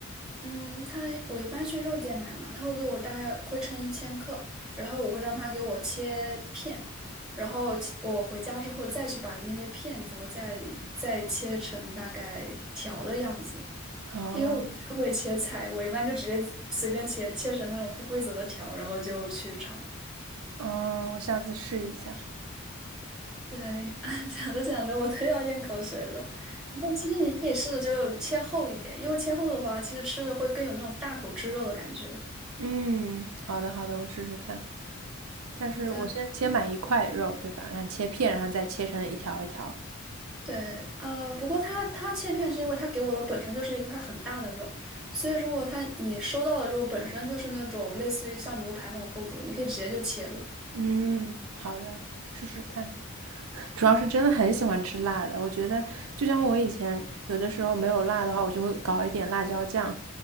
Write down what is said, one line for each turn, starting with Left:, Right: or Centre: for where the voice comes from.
Centre: 嗯，他我一般去肉店买嘛，他会给我大概会称一千克，然后我会让他给我切片，然后切我回家之后再去把那些片子，我再再切成大概条的样子。
Right: 哦，
Centre: 因为我不太会切菜，我一般就直接随便切，切成那种不规则的条，然后就去炒。
Right: 嗯，我下次试一下。
Centre: 对，<laughs> 讲着讲着我都要咽口水了。然后其实你可以试着就切厚一点，因为切厚的话，其实吃着会更有那种大口吃肉的感觉。
Right: 嗯，好的，好的，我试试看。但是我先先买一块肉，
Centre: 好的。
Right: 对吧？然后切片，然后再切成一条一条。
Centre: 对，呃，不过它它切片是因为它给我的本身就是一块很大的肉，所以如果它你收到的肉本身就是那种类似于像牛排那种厚度，你可以直接就切了。
Right: 嗯，好的，试试看。主要是真的很喜欢吃辣的，我觉得就像我以前有的时候没有辣的话，我就会搞一点辣椒酱，